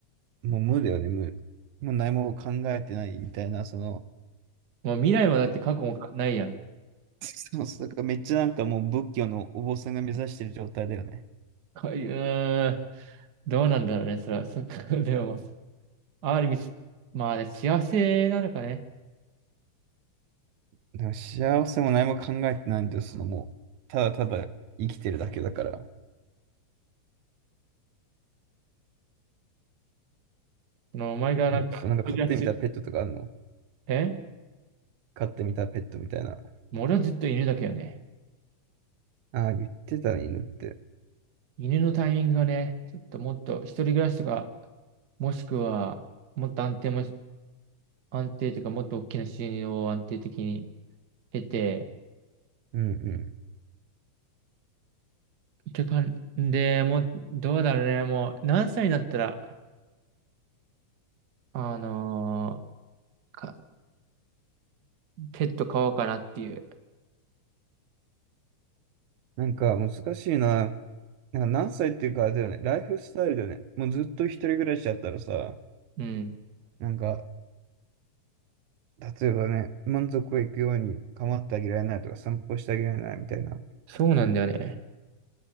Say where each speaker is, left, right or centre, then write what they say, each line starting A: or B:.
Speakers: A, on the right; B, on the right.
A: もう無だよね、無。もう何も考えてないみたいな、その、
B: もう未来もだって過去もかないやん。
A: そうそう、だからめっちゃなんかもう仏教のお坊さんが目指してる状態だよね。
B: かうーん。どうなんだろうね、それは。そっか、<laughs> でも、ある意味、まあね、幸せなのかね。
A: でも幸せも何も考えてないんだよ、そのもう、ただただ生きてるだけだから。
B: その、お前がなんか、
A: そうそう、なんか飼ってみたペットとかあるの
B: 一人暮らしえ
A: 飼ってみたペットみたいな。
B: もう俺はずっと犬だけどね。
A: ああ、言ってたね、犬って。
B: 犬のタイミングがね、ちょっともっと、一人暮らしとか、もしくは、もっと安定もし、安定というか、もっと大きな収入を安定的に得て、
A: うん
B: ってかんで、もう、どうだろうね。もう、何歳になったら、あのーか、ペット飼おうかなっていう。
A: なんか難しいな。なんか何歳っていうかあれだよね。ライフスタイルだよね。もうずっと一人暮らしだったらさ、
B: うん。
A: なんか、例えばね、満足いくように構ってあげられないとか散歩してあげられないみたいな、
B: そうなんだよね。